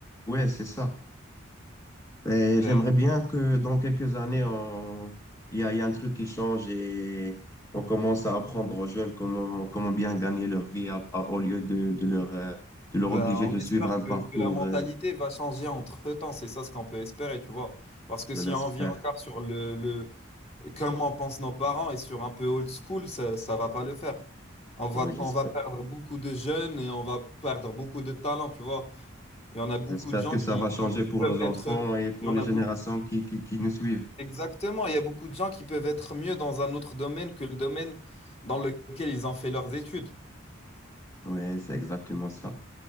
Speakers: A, on the left (about 15°); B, on the left (about 30°).
A: Oui, c'est ça. Et
B: Ben,
A: j'aimerais bien que dans quelques années, on- il y a, il y a un truc qui change et on commence à apprendre aux jeunes comment, comment bien gagner leur vie à- à- au lieu de, de leur, euh, de leur
B: bah,
A: obliger
B: on
A: de
B: espère
A: suivre un parcours,
B: que, que la mentalité
A: euh,
B: va changer entre-temps, c'est ça ce qu'on peut espérer, tu vois. Parce que
A: je
B: si
A: l'espère.
B: on vit encore sur le, le comment pensent nos parents et sur un peu old school, ça, ça va pas le faire. On va,
A: Ah oui, j'espère.
B: on va perdre beaucoup de jeunes et on va perdre beaucoup de talents, tu vois. Il y en a beaucoup
A: J'espère
B: de gens
A: que
B: qui,
A: ça va
B: qui-
A: changer
B: qui
A: pour
B: peuvent
A: nos enfants
B: être.
A: et pour
B: Il y en
A: les
B: a
A: générations
B: beaucoup.
A: qui, qui, qui nous suivent.
B: Exactement, il y a beaucoup de gens qui peuvent être mieux dans un autre domaine que le domaine dans lequel ils ont fait leurs études.
A: Oui, c'est exactement ça.